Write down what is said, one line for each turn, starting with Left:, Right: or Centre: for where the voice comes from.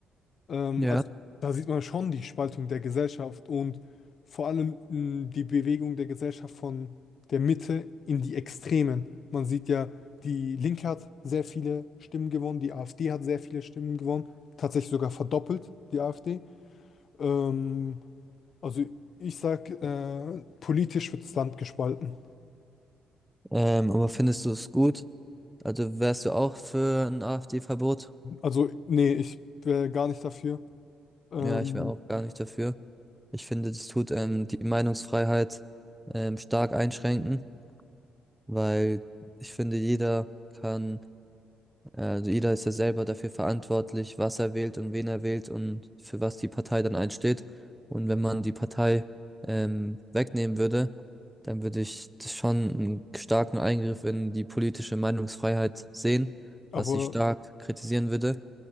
Left: Ähm,
Centre: Ja.
Left: also da sieht man schon die Spaltung der Gesellschaft und vor allem mh, die Bewegung der Gesellschaft von der Mitte in die Extremen. Man sieht ja, die Linke hat sehr viele Stimmen gewonnen, die AfD hat sehr viele Stimmen gewonnen, tatsächlich sogar verdoppelt, die AfD. Ähm, also ich sag, äh, politisch wird das Land gespalten.
Centre: Ähm, aber findest du es gut? Also wärst du auch für ein AfD-Verbot?
Left: Also nee, ich wäre gar nicht dafür. Ähm,
Centre: Ja, ich wäre auch gar nicht dafür. Ich finde, das tut ähm, die Meinungsfreiheit ähm, stark einschränken, weil ich finde, jeder kann Also jeder ist ja selber dafür verantwortlich, was er wählt und wen er wählt und für was die Partei dann einsteht. Und wenn man die Partei ähm, wegnehmen würde, dann würde ich das schon einen starken Eingriff in die politische Meinungsfreiheit sehen,
Left: aber
Centre: was ich stark kritisieren würde.